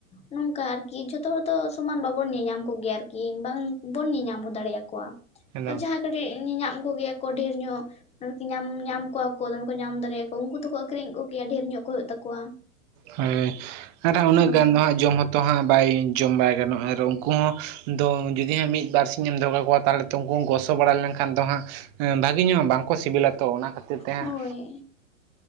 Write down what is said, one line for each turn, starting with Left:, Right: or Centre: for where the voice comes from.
Left: ᱱᱚᱝᱠᱟ ᱟᱨᱠᱤ ᱡᱷᱚᱛᱚ ᱦᱚᱲ ᱫᱚ ᱥᱚᱢᱟᱱ ᱵᱟᱵᱚᱱ ᱧᱮᱧᱟᱢ ᱠᱚᱜᱮᱭᱟ ᱟᱨᱠᱤ ᱵᱟᱝᱵᱚᱱ ᱧᱮᱧᱟᱢ ᱠᱚ ᱫᱟᱲᱮᱭᱟᱠᱚᱣᱟ
Right: ᱮᱠᱫᱚᱢ
Left: ᱠᱚᱣᱟ ᱡᱟᱦᱟᱸ ᱠᱟᱹᱴᱤᱡ ᱧᱮᱧᱟᱢ ᱠᱚᱜᱮᱭᱟ ᱠᱚ ᱰᱷᱮᱨ ᱧᱚᱜ ᱟᱨᱠᱤ ᱧᱟᱢ ᱧᱟᱢ ᱠᱚᱣᱟ ᱠᱚ ᱫᱚᱢᱮ ᱠᱚ ᱧᱟᱢ ᱫᱟᱲᱮᱭᱟᱠᱚᱣᱟ ᱩᱱᱠᱩ ᱫᱚᱠᱚ ᱟᱹᱠᱷᱨᱤᱧ ᱠᱚᱜᱮᱭᱟ ᱰᱷᱮᱨ ᱧᱚᱜ ᱠᱚ ᱦᱩᱭᱩᱜ ᱛᱟᱠᱚᱣᱟ
Right: ᱦᱳᱭ ᱟᱨ ᱩᱱᱟᱹᱜ
Left: ᱦᱳᱭ
Right: ᱜᱟᱱ ᱫᱚ ᱦᱟᱸᱜ ᱡᱚᱢ ᱦᱚᱸ ᱛᱚ ᱛᱚ ᱦᱟᱸᱜ ᱵᱟᱭ ᱡᱚᱢ ᱵᱟᱭ ᱜᱟᱱᱚᱜᱼᱟ ᱟᱨ ᱩᱱᱠᱩ ᱦᱚᱸ ᱫᱚ ᱡᱩᱫᱤ ᱦᱟᱸᱜ ᱢᱤᱫ ᱵᱟᱨ ᱥᱤᱧ ᱮᱢ ᱫᱚᱦᱚ ᱠᱟᱠᱳᱼᱟ ᱛᱟᱦᱚᱞᱮ ᱛᱚ ᱩᱱᱠᱩ ᱜᱚᱥᱚ ᱵᱟᱲᱟ ᱞᱮᱱᱠᱷᱟᱱ ᱫᱚ ᱦᱟᱸᱜ ᱵᱷᱟᱹᱜᱤ ᱧᱚᱜᱼᱟ ᱵᱟᱝᱠᱚ ᱥᱤᱵᱤᱞᱟ ᱛᱚ ᱚᱱᱟ ᱠᱷᱟᱹᱛᱤᱨ ᱛᱮ ᱦᱟᱸᱜ᱾
Left: ᱦᱳᱭ